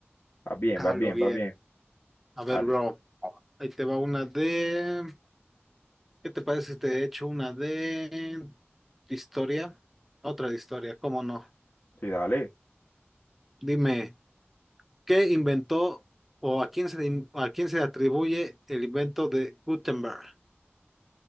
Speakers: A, on the left (about 60°); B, in the centre.
A: Va bien,
B: <laughs>
A: va
B: Algo
A: bien,
B: bien.
A: va bien.
B: A ver,
A: Dale,
B: bro. Ahí te va una de... ¿Qué te parece si te echo una de historia? Otra de historia, ¿cómo no?
A: sí, dale.
B: Dime, ¿qué inventó o a quién se, le in- a quién se le atribuye el invento de Gutenberg?